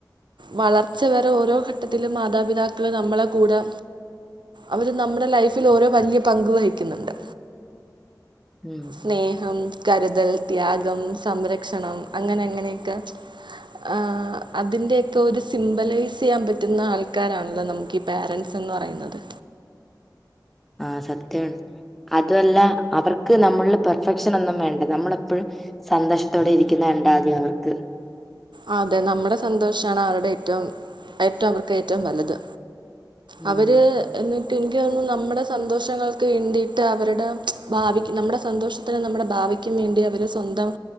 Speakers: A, on the right (about 85°); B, in the centre.
A: വളർച്ച വരെ ഓരോ ഘട്ടത്തിലും മാതാപിതാക്കള് നമ്മളെ കൂടെ അവര് നമ്മുടെ ലൈഫിൽ ഓരോ വല്ല്യ പങ്ക് വഹിക്കുന്നുണ്ട്.
B: ഉും
A: സ്നേഹം കരുതൽ ത്യാഗം സംരക്ഷണം അങ്ങനെ അങ്ങനെയൊക്കെ? ആ അതിന്റെക്കെ ഒരു സിംമ്പലൈസ് ചെയ്യാൻ പറ്റുന്ന ആൾക്കാരാണല്ലോ? നമുക്ക് ക്കി പാരൻറ്സ് എന്ന് പറയുന്നത്.
B: ആ സത്യാണ്. അതുല്ല അവർക്ക് നമ്മൽള് പെർഫെക്ഷൻ ഒന്നും വേണ്ട നമ്മളെപ്പോഴും സന്തോഷത്തോടെ ഇരിക്കുന്ന കണ്ടാതെ അവർക്ക്
A: ആഹ് അതെ നമ്മടെ സന്തോഷാണ് അവരുടെ ഏറ്റവും ഏറ്റവും അവർക്ക് ഏറ്റവും വല്ലത്.
B: ഉം
A: അവര് എന്നിട്ട് എനിക്ക് തോന്നുന്നു നമ്മുടെ സന്തോഷങ്ങൾക്ക് വേണ്ടിയിട്ട് അവരുടെ ഭാവിക് നമ്മുടെ സന്തോഷത്തിന് നമ്മുടെ ഭാവി കും വേണ്ടി അവര് സ്വന്തം